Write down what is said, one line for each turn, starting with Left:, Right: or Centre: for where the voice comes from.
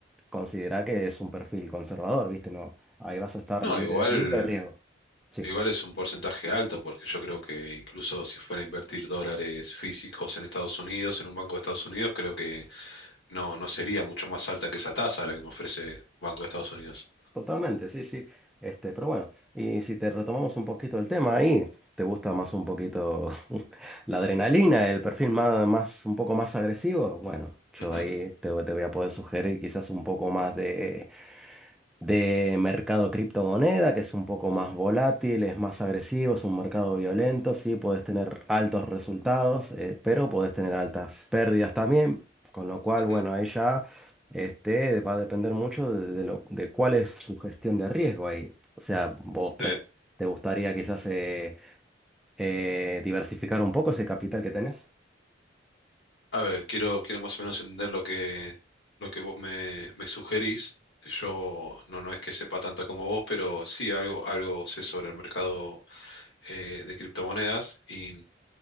Centre: Considera que es un perfil conservador, ¿viste? No, Ahí vas a estar
Left: No,
Centre: libre,
Left: igual.
Centre: libre de riesgo. Sí,
Left: Igual es un porcentaje alto porque yo creo que incluso si fuera a invertir dólares físicos en Estados Unidos, en un banco de Estados Unidos, creo que no, no sería mucho más alta que esa tasa la que me ofrece Banco de Estados Unidos.
Centre: totalmente, sí, sí. Este, pero bueno, y si te retomamos un poquito el tema ahí, ¿te gusta más un poquito <laughs> la adrenalina, el perfil más, más, un poco más agresivo? Bueno, yo
Left: Ujú,
Centre: ahí te, te voy a poder sugerir quizás un poco más de de mercado criptomoneda, que es un poco más volátil, es más agresivo, es un mercado violento, sí, puedes tener altos resultados, eh, pero puedes tener altas pérdidas también, con lo cual,
Left: ujú.
Centre: bueno, ahí ya este, va a depender mucho de, de lo, de cuál es tu gestión de riesgo ahí. O sea, vos
Left: Sí.
Centre: pre- te gustaría quizás eh, eh, diversificar un poco ese capital que tenés.
Left: A ver, quiero, quiero más o menos entender lo que, lo que vos me, me sugerís. Yo no, no es que sepa tanto como vos, pero sí algo, algo sé sobre el mercado eh, de criptomonedas y